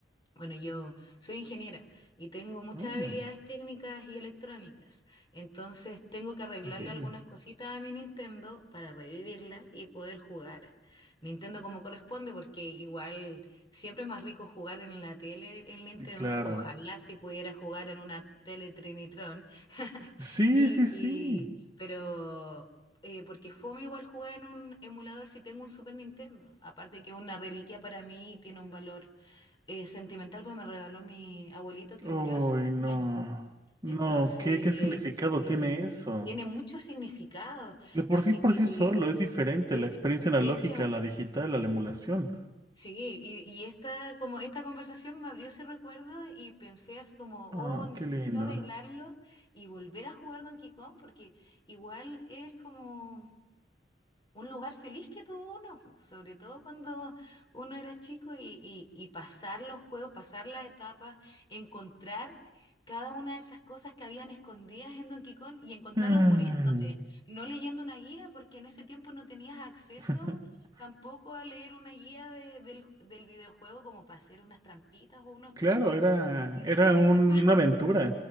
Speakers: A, on the left (about 25°); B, on the right (about 20°).
A: bueno, yo soy ingeniera y tengo muchas
B: Oh,
A: habilidades técnicas y electrónicas, entonces tengo que arreglarle
B: increíble.
A: algunas cositas a mi Nintendo para revivirla y poder jugar Nintendo como corresponde, porque igual siempre es más rico jugar en la tele en Nintendo,
B: Claro.
A: ojalá si pudiera jugar en una tele Trinitron, <laughs>
B: Sí,
A: y,
B: sí, sí.
A: y- pero... eh, porque fome igual jugar en un emulador si tengo un Super Nintendo. Aparte que una reliquia para mí tiene un valor eh, sentimental, pues me regaló mi abuelito que
B: Uy,
A: murió hace
B: no.
A: un año.
B: No,
A: Entonces,
B: ¿qué, qué significado
A: eh,
B: tiene eso?
A: tiene mucho significado.
B: De por
A: Así
B: sí, por
A: que,
B: sí solo, es diferente
A: eh,
B: la experiencia
A: de
B: analógica
A: hecho,
B: a la digital, a la emulación.
A: sí, y, y esta, como esta conversación me abrió ese recuerdo y pensé así como,
B: Ah,
A: oh, necesito
B: qué lindo.
A: arreglarlo y volver a jugar Donkey Kong, porque igual es como un lugar feliz que tuvo uno, po, sobre todo cuando uno era chico y, y- y pasar los juegos, pasar las etapas, encontrar cada una de esas cosas que habían escondidas en Donkey Kong y encontrarlos
B: Mm.
A: muriéndote, no leyendo una guía, porque en ese tiempo no tenías acceso
B: <laughs>
A: tampoco a leer una guía de- del, del videojuego como para hacer unas trampitas o unos trucos.
B: Claro, era,
A: Y
B: era
A: de repente,
B: un-
A: ¡pa!
B: una aventura.